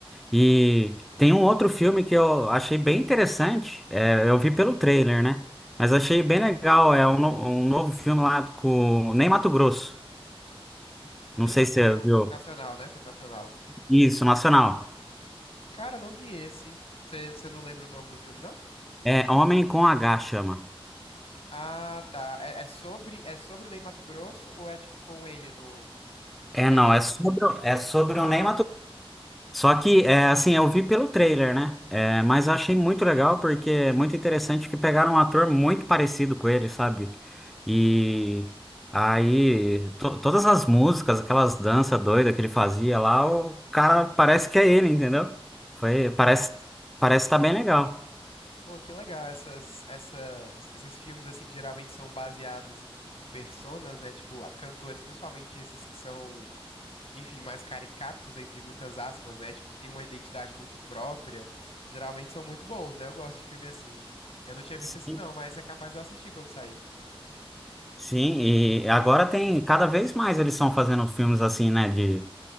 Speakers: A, in the centre; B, on the left.
A: E tem um outro filme que eu achei bem interessante, é, eu vi pelo trailer, né? Mas achei bem legal, é um, no- um novo filme lá com o Ney Matogrosso.
B: Do- Com
A: Não
B: Neymar,
A: sei se
B: então,
A: você viu.
B: nacional, né? Filme nacional.
A: Isso, nacional.
B: Cara, eu não vi esse. Você não lembra o nome do filme, não?
A: É Homem com H chama.
B: Ah, tá. É, é sobre, é sobre o Ney Matogrosso ou é tipo com ele no,
A: É,
B: no
A: não,
B: elenco?
A: é sobre, é sobre
B: Ah,
A: o Ney Só que, é, assim, eu vi pelo trailer, né? É, mas eu achei muito legal porque é muito interessante que pegaram um ator muito parecido com ele, sabe? E aí, to- todas as músicas, aquelas danças doidas que ele fazia lá, o cara parece que é ele, entendeu? Foi,
B: pô, que,
A: parece, parece estar bem legal.
B: pô, que legal essas, essas, esses filmes assim que geralmente são baseados em, em personas, né? Tipo, a- cantores, principalmente esses que são, enfim, mais caricatos entre muitas aspas, né? Tipo, que tem uma identidade muito própria. Geralmente são muito bons, né? Eu gosto de filme assim. Eu não tinha visto
A: Sim,
B: esse não, mas é capaz de eu assistir quando sair.
A: sim, e agora tem, cada vez mais eles estão fazendo filmes assim, né? De